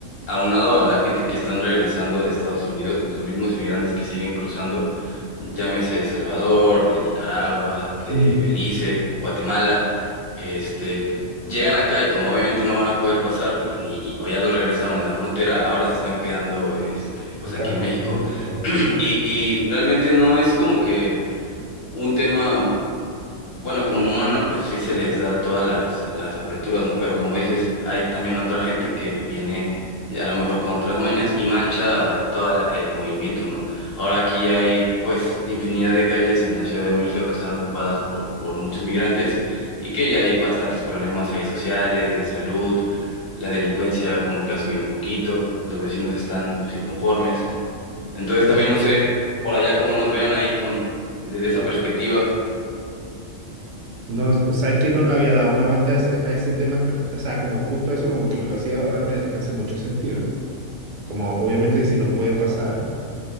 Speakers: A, on the left; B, on the right.
A: aunado a la gente que están regresando de Estados Unidos, pues, los mismos inmigrantes que siguen cruzando, llámese El Salvador, de Nicaragua, de
B: Mm.
A: Belice, Guatemala, este, llegan acá y como obviamente no van a poder pasar, ni, ni, o ya los regresaron en la frontera, ahora se están quedando, este, pues
B: Acá,
A: aquí en México.
B: en México.
A: <clears throat> Y, y realmente no es como que un tema. Bueno, como humano, pues sí se les da todas las, las aperturas, ¿no? Pero como dices, hay también otra gente que viene a lo mejor con otras mañas y mancha todo el movimiento, ¿no? Ahora aquí hay pues infinidad de calles en la Ciudad de México que están ocupadas por, por muchos migrantes y que ya hay bastantes problemas ahí sociales, de salud, la delincuencia como que ha subido un poquito, los vecinos están pues inconformes. Entonces
B: Pucha,
A: también
B: sí.
A: no sé por allá cómo nos vean ahí con desde esa perspectiva.
B: No, ¿sabes que No le había dado una vuelta a ese, a ese tema, espe- o sea, como justo eso, como que me lo decía, ahora me, me hace mucho sentido. Como obviamente si no pueden pasar,